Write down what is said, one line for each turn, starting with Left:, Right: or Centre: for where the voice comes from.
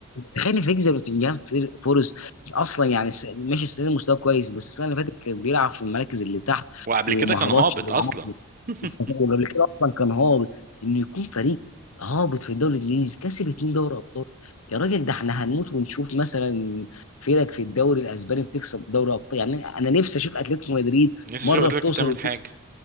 Left: تخيل ان فريق زي نوتنجهام فير- فورست اصلا يعني س- ماشي السنه دي مستواه كويس بس السنه اللي فاتت كان بيلعب في المراكز اللي تحت
Right: وقبل
Left: وما
Right: كده كان
Left: هبطش
Right: هابط
Left: بالعافيه
Right: اصلا <laughs>
Left: وقبل كده اصلا كان هابط انه يكون فريق هابط في الدوري الانجليزي كسب اتنين دوري ابطال يا راجل ده احنا هنموت ونشوف مثلا فرق في الدوري الاسباني بتكسب دوري ابطال يعني انا نفسي اشوف اتلتيكو مدريد
Right: نفسي
Left: مره
Right: اشوف قلت
Left: بتوصل
Right: لك بتعمل
Left: وبتكسب.
Right: حاجه